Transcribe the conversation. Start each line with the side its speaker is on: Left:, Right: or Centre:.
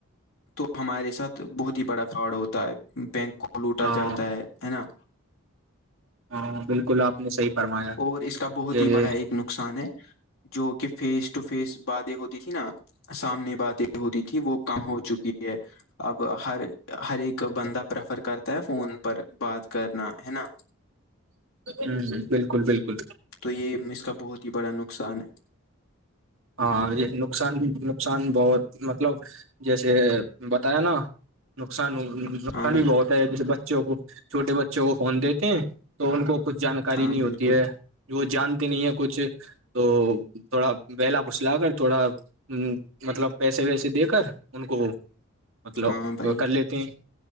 Left: تو ہمارے ساتھ بہت ہی بڑا فراڈ ہوتا ہے بینک کو لوٹا
Right: ہاں
Left: جاتا ہے ہے نا
Right: ہاں بالکل آپ نے صحی فرمایا
Left: اور اس کا بہت
Right: یہ
Left: ہی بڑا ایک نقصان ہے جو کہ فیس ٹو فیس باتیں ہوتی تھی نا سامنے باتیں ہوتی تھی وہ کم ہو چکی ہے اب ہر ہر ایک بندہ پرریفر کرتا ہے فون پر بات کرنا ہے نا
Right: ہمم بالکل بالکل
Left: تو یہ اس کا بہت ہی بڑا نقصان ہے
Right: ہاں یہ نقصان نقصان بہت مطلب جیسے بتایا نا نقصان نقصان
Left: ہاں بھائی
Right: بھی بہت ہے جیسے بچوں کو چھوٹے بچوں کو فون دیتے ہیں تو ان کو کچھ جانکاری
Left: ہاں
Right: نہیں ہوتی
Left: بالکل
Right: ہے وہ جانتے نہیں ہیں کچھ تو تھوڑا بہلا پسلا کر تھوڑا ہمم مطلب پیسے ویسے دے کر ان کو مطلب
Left: ہاں بھائی
Right: کر لیتی ہیں